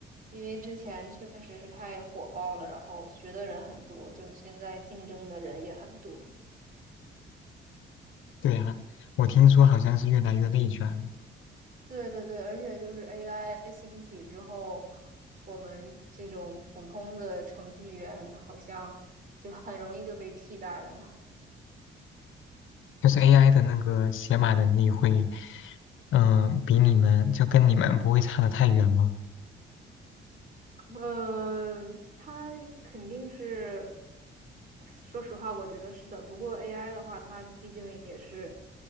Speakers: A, on the right; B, on the left.
A: 因为之前确实是太火爆了，然后学的人很多，就现在竞争的人也很多。
B: 对啊，我听说好像是越来越内卷，
A: 对对对，而且就是 AI 兴起之后，我们这种普通的程序员好像就很容易就被替代了。
B: 就是 AI 的那个写码能力会，嗯、比你们就跟你们不会差得太远吗？
A: 嗯，它肯定是，说实话，我觉得是的。不过 AI 的话，它毕竟也是，